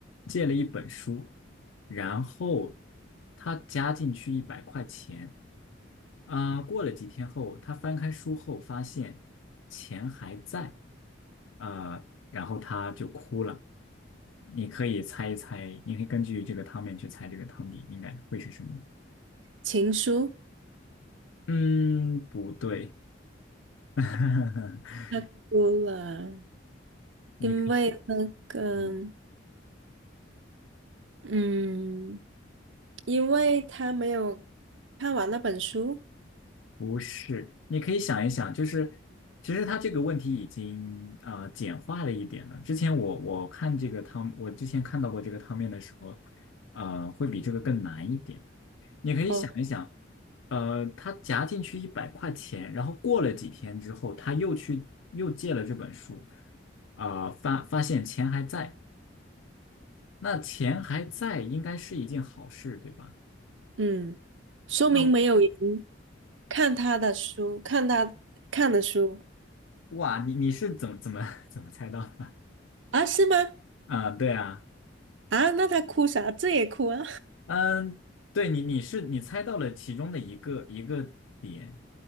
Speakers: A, on the left; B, on the right.
A: 借了一本书，然后她加进去一百块钱，啊、过了几天后，她翻开书后发现钱还在，啊、然后她就哭了。你可以猜一猜，你可以根据这个汤面去猜这个汤底应该会是什么。
B: 情书，
A: 嗯，不对，<laughs>
B: 他哭了，
A: 你可以，
B: 因为那个，
A: 嗯，
B: 嗯，因为他没有看完那本书。
A: 不是，你可以想一想，就是其实他这个问题已经啊简化了一点了。之前我我看这个汤，我之前看到过这个汤面的时候，呃，会比这个更难一点。你可以想一想，
B: 哦，
A: 呃，他夹进去一百块钱，然后过了几天之后，他又去又借了这本书，啊、发发现钱还在，那钱还在应该是一件好事，对吧？
B: 嗯，说明没有人
A: 那
B: 看他的书，看他看的书
A: 哇，你你是怎么怎么 <laughs> 怎么猜到的？
B: 啊？是吗？
A: 啊，对啊，
B: 啊，那他哭啥？这也哭啊？
A: 嗯，对你你是你猜到了其中的一个一个点，